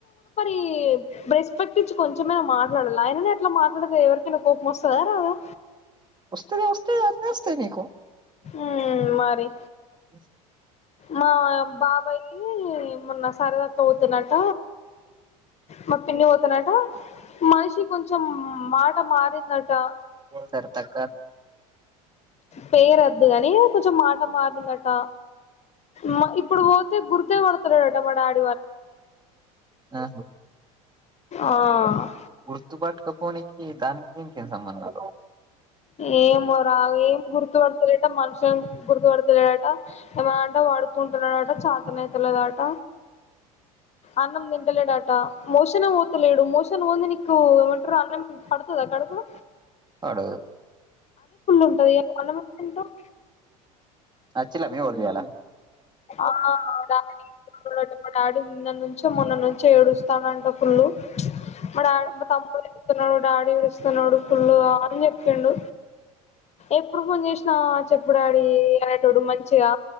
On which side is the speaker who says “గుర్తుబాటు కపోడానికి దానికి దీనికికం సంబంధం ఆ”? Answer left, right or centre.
Right